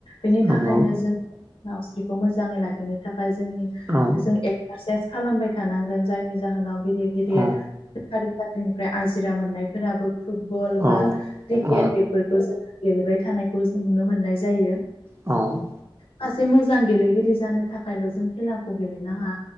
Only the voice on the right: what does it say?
नंगौ
औ
औ
औ
औ
औ